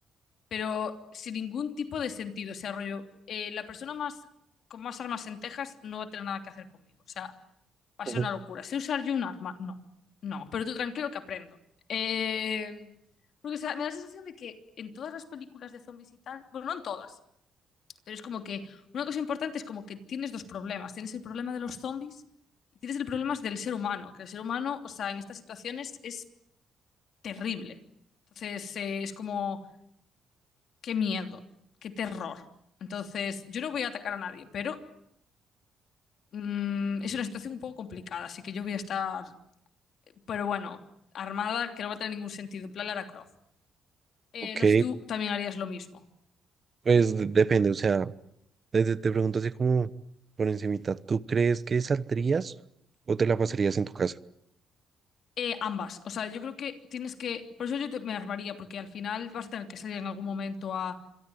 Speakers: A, on the left (about 65°); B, on the right (about 35°).
A: pero sin ningún tipo de sentido. O sea, rollo, eh, la persona más, con más armas en Texas no va a tener nada que hacer conmigo. O sea, va a
B: Ujú.
A: ser una locura. ¿Sé usar yo un arma? No, no, pero tú tranquilo que aprendo. Eh, porque, o sea, me da la sensación de que en todas las películas de zombies y tal, bueno, no en todas, pero es como que una cosa importante es como que tienes dos problemas. Tienes el problema de los zombies y tienes el problema del ser humano, que el ser humano, o sea, en estas situaciones es terrible. Entonces, eh, es como qué miedo, qué terror. Entonces, yo no voy a atacar a nadie, pero mm, es una situación un poco complicada, así que yo voy a estar, pero bueno, armada, que no va a tener ningún sentido, en plan Lara Croft. Eh,
B: Ok,
A: no sé si tú también harías lo mismo.
B: pues de- depende, o sea, desde te te pregunto así como por encimita, ¿tú crees que saldrías o te la pasarías en tu casa?
A: Eh, ambas, o sea, yo creo que tienes que, por eso yo te- me armaría, porque al final vas a tener que salir en algún momento a